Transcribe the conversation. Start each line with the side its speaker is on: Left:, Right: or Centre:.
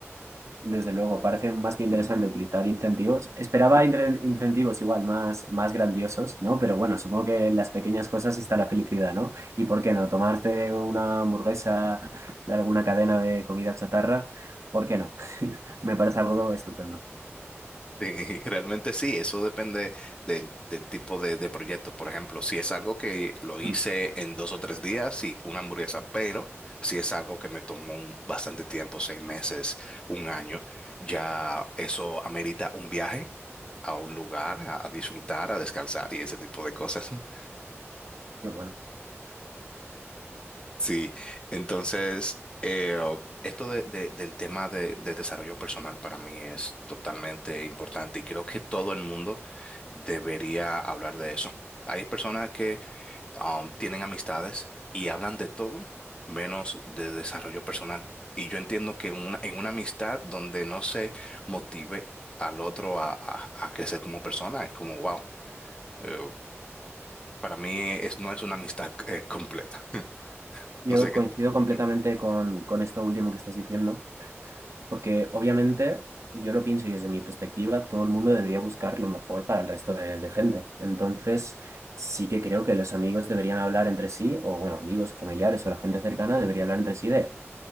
Right: Desde luego, parece más que interesante utilizar incentivos. Esperaba intre- incentivos igual más, más grandiosos, ¿no? Pero bueno, supongo que en las pequeñas cosas está la felicidad, ¿no? ¿Y por qué no? Tomarte una hamburguesa de alguna cadena de comida chatarra, ¿por qué no? <laughs> Me parece algo estupendo.
Left: Sí, <laughs> realmente sí, eso depende del, del tipo de, de proyecto. Por ejemplo, si es algo que lo hice
Right: Mm,
Left: en dos o tres días, sí, una hamburguesa, pero si es algo que me tomó un- bastante tiempo, seis meses, un año, ya eso amerita un viaje a un lugar, a, a disfrutar, a descansar y ese tipo de cosas. <laughs>
Right: Qué bueno.
Left: Sí, entonces, eh, esto de- de- del tema de, del desarrollo personal para mí es totalmente importante y creo que todo el mundo debería hablar de eso. Hay personas que um, tienen amistades y hablan de todo menos de desarrollo personal. Y yo entiendo que una- en una amistad donde no se motive al otro a, a- a crecer como persona, es como, wow, eh, para mí es, no es una amistad eh, completa. <laughs>
Right: Yo
Left: No sé qué.
Right: coincido completamente
Left: Ujú.
Right: con, con esto último que estás diciendo. Porque obviamente yo lo pienso y desde mi perspectiva todo el mundo debería buscar lo mejor para el resto de, de gente. Entonces sí que creo que los amigos deberían hablar entre sí, o bueno, amigos, familiares o la gente cercana debería hablar entre sí de,